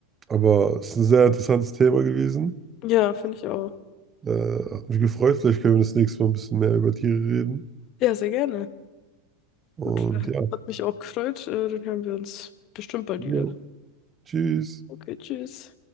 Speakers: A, on the right; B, on the left.
A: aber es ist ein sehr interessantes Thema gewesen.
B: ja, finde ich auch.
A: Äh, hat mich gefreut. Vielleicht können wir das nächste Mal ein bisschen mehr über Tiere reden.
B: Ja, sehr gerne.
A: Und
B: Gut,
A: ja,
B: hat mich auch gefreut. Äh, Dann hören wir uns bestimmt bald
A: ja.
B: wieder.
A: tschüss.
B: Okay, tschüss.